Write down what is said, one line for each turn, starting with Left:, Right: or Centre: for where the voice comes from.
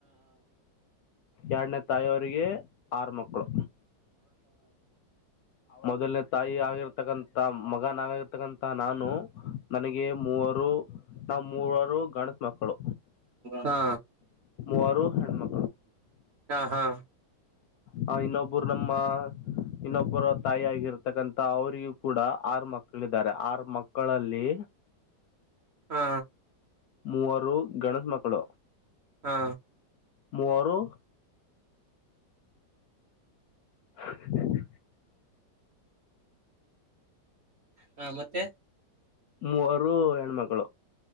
Left: ಎರಡನೇ ತಾಯಿಯ ಅವರಿಗೆ ಆರು ಮಕ್ಕಳು ಮೊದಲ್ನೇ ತಾಯಿ ಆಗಿರ್ತಕ್ಕಂತ ಮಗನ ಆಗಾಗಿರ್ತ ಇತಕ್ಕಂತ ನಾನು ನನಗೆ ಮೂವರು ನಾ ಮೂರರು ಗಣಸ ಮಕ್ಕಳು
Right: ಹಾ
Left: ಅವರು ಹೆಣ್ಮ
Right: ಹಾ ಹಾ
Left: ಹ ಇನ್ನೊಬ್ಬರು ನಮ್ಮ ಇನ್ನೊಬ್ಬರ ತಾಯಿ ಆಗಿರ್ತಕ್ಕಂ ಅವರಿಗೂ ಕೂಡ ಆರು ಮಕ್ಕಳಾರೆ ಆರು ಮಕ್ಕಳಲ್ಲಿ
Right: ಹಾ
Left: ಮೂವರು ಗಣೇಶ ಮಕ್ಕಳು
Right: ಹಾ
Left: ಮರುೋ ಹ
Right: ಹಾ ಮತ್ತೆ
Left: ಮೂವರು ಹೆಣ್ಮಕ್ಕಳು